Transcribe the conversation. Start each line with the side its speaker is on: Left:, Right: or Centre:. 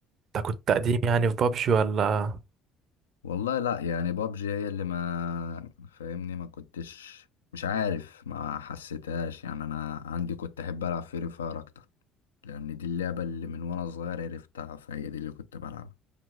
Right: انت كنت قديم يعني في بابجي ولا
Left: والله لا يعني بابجي هي اللي ما فاهمني ما كنتش مش عارف ما حسيتهاش يعني انا عندي كنت احب العب فري فاير اكتر لان دي اللعبه اللي من وانا صغير عرفتها فهي دي اللي كنت بلعبها